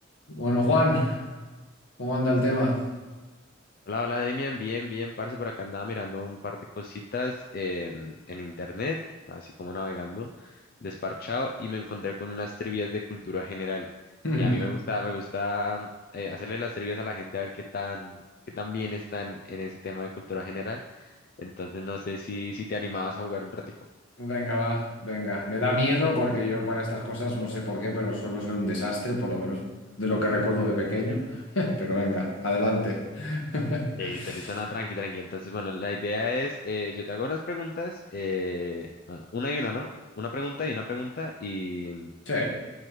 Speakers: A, on the left; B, on the left.
A: Bueno, Juan, ¿cómo anda el tema?
B: Hola, hola Demian, bien, bien, parce, por acá andaba mirando un par de cositas eh, en internet, así como navegando, desparchado, y me encontré con unas trivias de cultura general.
A: <laughs>
B: Y a mí me gusta, me gusta eh, hacerle las trivias a la gente a ver qué tan, qué tan bien están en ese tema de cultura general. Entonces no sé si, si te animabas a jugar un ratico.
A: Venga, va, venga. Me da miedo porque yo para estas cosas no sé por qué, pero suelo ser un desastre, por lo menos de lo que recuerdo de pequeño. <laughs> Pero venga, adelante. <laughs>
B: Listo, listo, no, tranqui, tranqui. Entonces, bueno, la idea es, eh, yo te hago unas preguntas, eh, ah, una y una, ¿no? Una pregunta y una pregunta, y...
A: Sí,